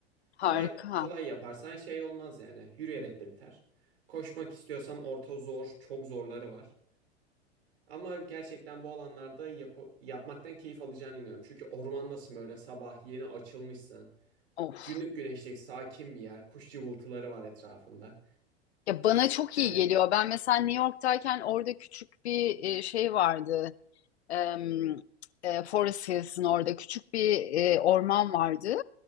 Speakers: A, on the right; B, on the left.
A: Kolay
B: harika.
A: kolay yaparsan şey olmaz yani. Yürüyerek de biter. Koşmak istiyorsan orta zor, çok zorları var. Ama gerçekten bu alanlarda yapı- yapmaktan keyif alacağına inanıyorum. Çünkü ormandasın böyle sabah yeni açılmışsın.
B: Of.
A: Günlük güneşlik, sakin bir yer. Kuş cıvıltıları var etrafında.
B: Ya bana çok
A: Yani
B: iyi geliyor. Ben mesela New York'tayken orada küçük bir e, şey vardı. Em, e, Forest Hills'in orada küçük bir e, orman vardı.